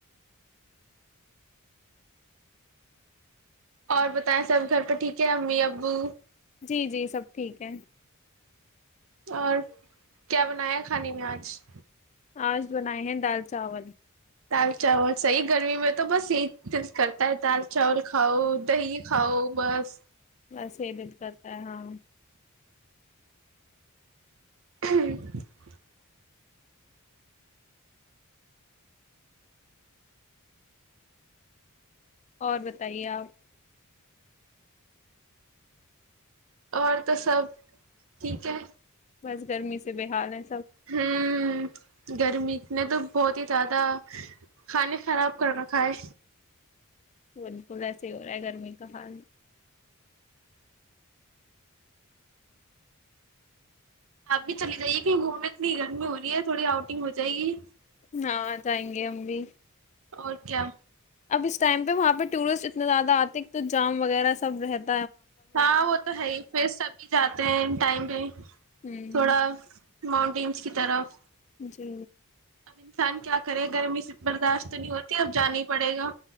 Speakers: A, on the right (about 65°); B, on the left (about 30°).
A: اور بتائیں سب گھر پہ ٹھیک ہے امی ابو
B: جی جی سب ٹھیک ہے
A: اور کیا بنایا کھانے میں آج
B: آج بنائے ہیں دال چاول
A: دال چاول صحیح گرمی میں تو بس یہی د کرتا ہے دال چاول کھاؤ دہی کھاؤ بس
B: بس یہ دیکت ہے ہاں
A: <unintelligible>
B: اور بتائیے آپ
A: اور تو سب ٹھیک ہے
B: بس گرمی سے بےحال ہے
A: ھم گرمی نے تو بہت ہی زیادہ کھانے خراب کر رکھا ھے
B: بالکل ایسے ہی ہو رہا ہے گرمی کا حال
A: اب بھی چلی جائیے کی گھوم میں اتنی گرمی ہو رہی ہے تھوڑی آؤٹنگ ہو جائے گی
B: ھا جآئیں گے ہم بھی
A: اور کیا
B: اب اس ٹائم پہ وہاں پہ ٹورسٹ اتنے زیادہ آتے تو جام وغیرہ سب رہتے
A: ہاں وہ تو ہے ہی پھر سبھی جاتے ہیں ان ٹائم پہ
B: ہوں
A: تھوڑا ماؤنٹینس کی طرف
B: جی
A: اب انسان کیا کرے گرمی سے برداشت نہیں ہوتی اب جانا ہی پڑے گا